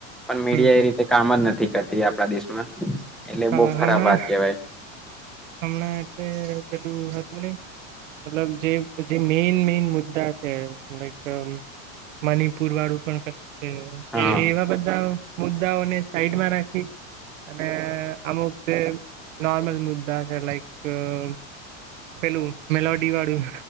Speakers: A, in the centre; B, on the right (about 70°).
A: પણ મીડિયા
B: હમ
A: એ રીતે કામ જ નથી રતી આપણા દેશ મા એટલે
B: હા
A: બો ખરાબ
B: હમણાં
A: વાત કેવાય.
B: હમણાં એટલે પેલું હતું નઈ મતલબ જે જે મેઈન મેઈન મુદ્દા છે લાઇક કમ મણિપુર વાળું પણ છે.
A: હા
B: એ એવા બધા મુદ્દાઓને સાઈડમાં રાખી અને અમુક જે નોર્મલ મુદ્દા છે લાઈક <unintelligible> પેલું મેલો ડી વાળું.